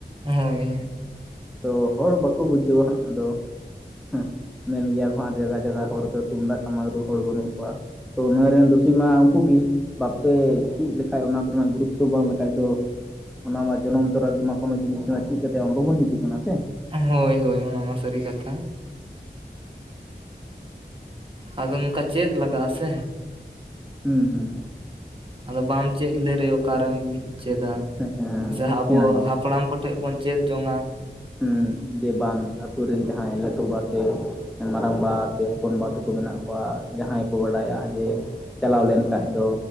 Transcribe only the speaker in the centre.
ᱛᱚ ᱦᱚᱲ ᱵᱟᱠᱚ ᱵᱩᱡᱷᱟᱹᱣᱟ ᱦᱟᱸᱜ ᱟᱫᱚ ᱾ ᱦᱮ ᱢᱮᱱ ᱜᱮᱭᱟ ᱠᱚ ᱟᱨ ᱡᱟᱭᱜᱟ ᱡᱟᱭᱜᱟ ᱦᱚᱲ ᱫᱚ ᱛᱩᱢᱫᱟᱜ ᱴᱟᱢᱟᱠ ᱨᱩ ᱦᱚᱲ ᱵᱟᱹᱱᱩᱜ ᱠᱚᱣᱟ ᱾ ᱛᱚ ᱱᱚᱣᱟ ᱨᱮᱱ ᱫᱩᱥᱤ ᱢᱟ ᱩᱱᱠᱩ ᱜᱮ ᱵᱟᱠᱩ ᱪᱮᱫ ᱞᱮᱠᱷᱟᱡ ᱚᱱᱟ ᱠᱚᱨᱮᱱᱟᱜ ᱜᱩᱨᱩᱛᱛᱚ ᱵᱟᱝ ᱞᱮᱠᱷᱟᱡ ᱫᱚ ᱾ ᱚᱱᱟ ᱢᱟ ᱡᱚᱱᱚᱢ ᱛᱚᱨᱟᱢᱟ ᱠᱳᱱᱚ ᱡᱤᱱᱤᱥ ᱪᱮᱫ ᱠᱟᱛᱮ ᱢᱟ ᱵᱟᱵᱚᱱ ᱦᱤᱡᱩᱜ ᱠᱟᱱᱟ ᱥᱮ ᱾
ᱦᱩᱸ ᱦᱩᱸ᱾
ᱦᱮᱸ ᱦᱮᱸ
ᱥᱮᱬᱟᱭᱟ
ᱦᱮᱸ ᱡᱮ ᱵᱟᱝ ᱟᱛᱳ ᱨᱮᱱ ᱡᱟᱦᱟᱸᱭ ᱞᱟᱹᱴᱩ ᱵᱟᱥᱮ ᱾ ᱢᱟᱨᱟᱝ ᱵᱟ ᱥᱮ ᱦᱚᱯᱚᱱ ᱵᱟ ᱛᱟᱠᱚ ᱢᱮᱱᱟᱜ ᱠᱚᱣᱟ ᱡᱟᱦᱟᱸᱭ ᱠᱚ ᱵᱟᱰᱟᱭᱟ ᱡᱮ ᱾ ᱪᱟᱞᱟᱣ ᱞᱮᱱᱠᱟᱱᱡ ᱫᱚ